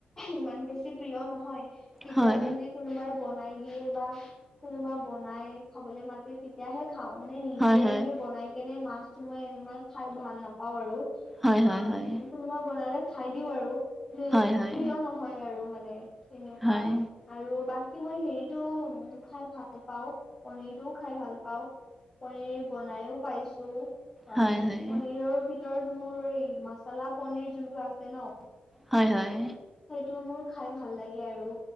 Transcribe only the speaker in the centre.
হয় হয়
হয়
হয়
হয়
হয় হয়
হয় হয়
হয়
হয় হয়
হয়, হয়।